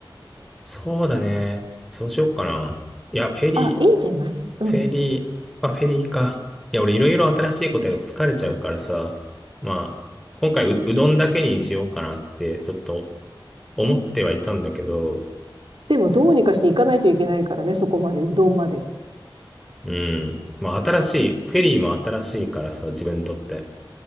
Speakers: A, in the centre; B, on the right.
A: そうだね。そうしよっかな。いや、フェリー、
B: あ、いいんじゃないうん。
A: フェリー、まあフェリーか。いや、俺いろいろ新しいことやると疲れちゃうからさ。まあ、今回う、うどんだけにしようかなって、ちょっと思ってはいたんだけど、
B: でも、どうにかして行かないといけないからね、そこまで、うどんまで。
A: うん。まあ、新しい、フェリーも新しいからさ、自分にとって。